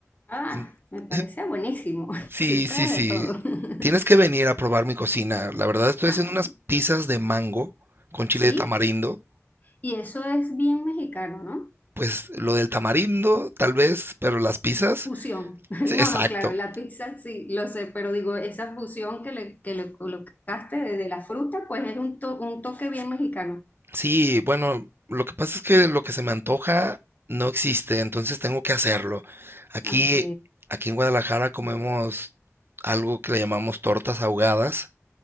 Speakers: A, on the left; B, on the right.
A: Ah,
B: en-
A: me parece
B: <laughs>
A: buenísimo, <laughs>
B: Sí,
A: así pruebas
B: sí, sí.
A: de todo.
B: Tienes
A: <laughs>
B: que venir a probar mi cocina. La verdad estoy
A: Ah,
B: haciendo unas pizzas de mango con chile
A: sí,
B: de tamarindo.
A: y eso es bien mexicano, ¿no?
B: Pues lo del tamarindo, tal vez, pero las pizzas,
A: Fusión. <laughs>
B: sí,
A: No,
B: exacto.
A: no, claro, la pizza sí, lo sé, pero digo, esa fusión que le, que le colocaste de, de la fruta, pues es un, to- un toque bien mexicano.
B: Sí, bueno, lo que pasa es que lo que se me antoja no existe, entonces tengo que hacerlo. Aquí,
A: Ok.
B: aquí en Guadalajara comemos algo que le llamamos tortas ahogadas,